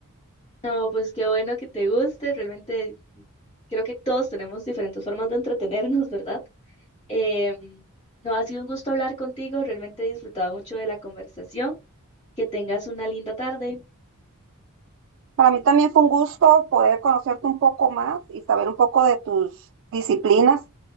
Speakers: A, on the left; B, on the right.
A: No, pues qué bueno que te guste, realmente creo que todos tenemos diferentes formas de entretenernos, ¿verdad? Em, no, ha sido un gusto hablar contigo, realmente he disfrutado mucho de la conversación, que tengas una linda tarde.
B: Para mí también fue un gusto poder conocerte un poco más y saber un poco de tus disciplinas